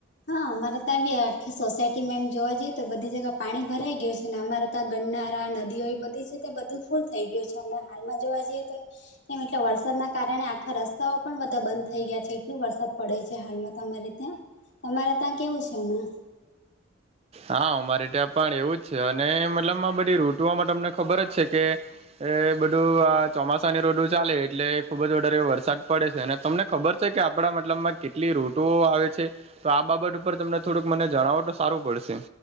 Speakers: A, on the left (about 55°); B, on the right (about 30°).
A: હા અમારે ત્યાં બી આખી સોસાયટીમાં એમ જોવા જઈએ તો બધી જગ્યા પાણી ભરાઈ ગયું છે. અને અમારા ત્યાં ગરનારા નદીઓ એ બધી છે તે બધું ફૂલ થઈ ગયું છેમ હાલમાં જોવા જઈએ તો તેમ એટલે વરસાદના કારણે આખા રસ્તાઓ પણ બધા બંધ થઈ ગયા છે એટલું વરસાદ પડે છે હાલમાં તમારે ત્યાં તમારે ત્યાં કેવું છે હમણાં?
B: હા અમારે ત્યાં પણ એવું જ છે અને મતલબ આ બધી ઋતુઓમાં તમને ખબર જ છે કે એ બધું આ ચોમાસાની ઋતુ ચાલે એટલે ખુબ જ વધારે વરસાદ પડે છે અને તમને ખબર છે કે આપડા મતલબમાં કેટલી ઋતુઓ આવે છે. તો આ બાબત ઉપર તમને થોડુંક મને જણાવો તો સારું પડશે.